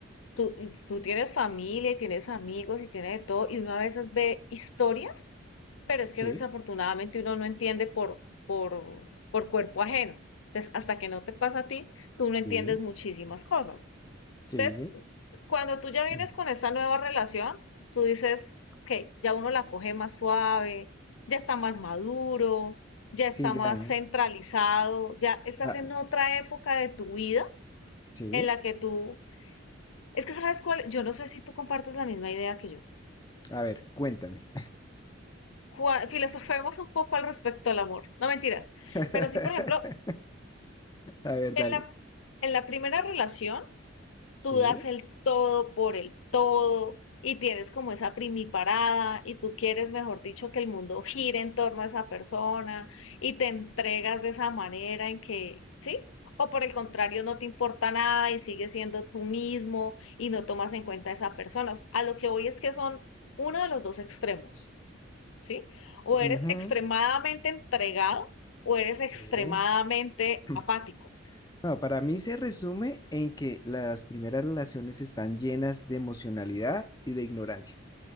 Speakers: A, on the left; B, on the left.
A: tú, tú tienes familia y tienes amigos y tienes de todo, y uno a veces ve historias, pero es que
B: Sí,
A: desafortunadamente uno no entiende por, por, por cuerpo ajeno. Entonces, hasta que no te pasa a ti, tú no
B: sí,
A: entiendes muchísimas cosas.
B: sí,
A: Entonces,
B: sí, sí.
A: cuando tú ya vienes
B: <clears throat>
A: con esta nueva relación, tú dices, ok, ya uno la coge más suave, ya está más maduro, ya está
B: Sí, ya.
A: más centralizado, ya estás
B: Ah,
A: en otra época de tu vida
B: sí.
A: en la que tú, es que sabes cuál, yo no sé si tú compartes la misma idea que yo.
B: A ver, cuéntame.
A: Cua- Filosofemos un poco al respecto al amor, no mentiras,
B: <laughs>
A: pero sí, por ejemplo,
B: A ver,
A: en
B: dale.
A: la, en la primera relación,
B: Sí.
A: tú das el todo por el todo y tienes como esa primiparada y tú quieres, mejor dicho, que el mundo gire en torno a esa persona y te entregas de esa manera en que, ¿sí? O por el contrario, no te importa nada y sigues siendo tú mismo y no tomas en cuenta a esa persona. O sea, a lo que voy es que son uno de los dos extremos, ¿sí? O eres
B: Ujú,
A: extremadamente entregado o eres extremadamente
B: Sí. <clears throat>
A: apático.
B: No, para mí se resume en que las primeras relaciones están llenas de emocionalidad y de ignorancia.